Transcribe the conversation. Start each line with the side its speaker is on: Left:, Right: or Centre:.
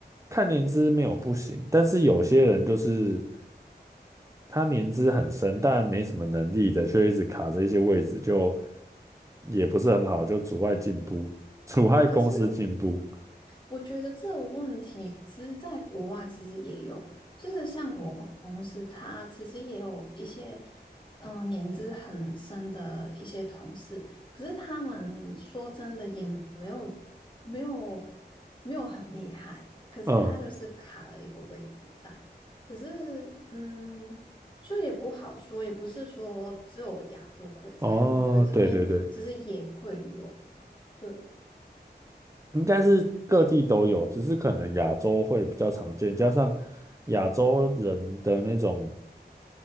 Right: 看年资没有不行，但是有些人就是他年资很深，但没什么能力的，却一直卡着一些位置，就也不是很好，就阻碍进步，<laughs> 阻碍公司进步。
Left: 可是我觉得这个问题其实在国外其实也有，就是像我公司，他其实也有一些嗯、呃年资很深的一些同事，可是他们说真的也没有没有没有很厉害，可是他就是卡了一个位置在，
Right: 嗯，
Left: 可是嗯，所以也不好说，也不是说只有亚洲会这样，
Right: 哦，
Left: 我觉得这边其实也会有，
Right: 对对对。
Left: 对，
Right: 应该是各地都有，只是可能亚洲会比较常见，加上亚洲人的那种，